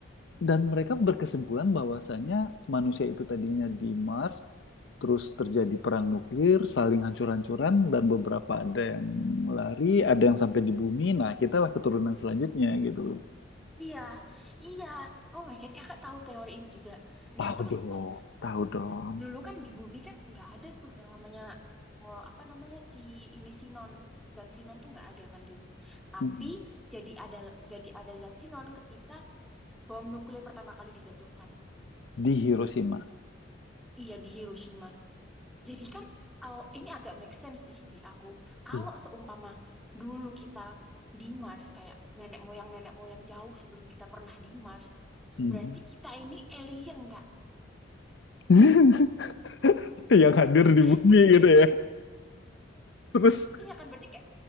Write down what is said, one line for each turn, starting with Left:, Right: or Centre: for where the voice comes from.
Left: dan mereka berkesimpulan bahwasanya manusia itu tadinya di Mars, terus terjadi perang nuklir, saling hancur-hancuran dan beberapa ada yang lari, ada yang sampai di bumi. Nah, kitalah keturunan selanjutnya gitu loh.
Centre: Iya, iya. Oh my God, kakak tahu teori ini juga. Nah,
Left: Tahu
Centre: terus
Left: dong,
Centre: kan,
Left: tahu dong.
Centre: dulu kan di bumi kan nggak ada tuh yang namanya, oh, apa namanya, si ini sinon. Zat sinon tuh nggak ada kan dulu. Tapi
Left: Mm.
Centre: jadi ada jadi ada zat sinon ketika bom nuklir pertama kali dijatuhkan.
Left: Di Hiroshima.
Centre: Iya, di Hiroshima. Jadi kan oh, ini agak make sense sih di aku. Kalau
Left: Iya.
Centre: seumpama dulu kita di Mars kayak nenek moyang nenek moyang jauh sebelum kita pernah di Mars,
Left: Mhm.
Centre: berarti kita ini alien Kak.
Left: <laughs> Yang hadir
Centre: <laughs>
Left: di bumi gitu ya. Terus
Centre: Iya kan berarti kayak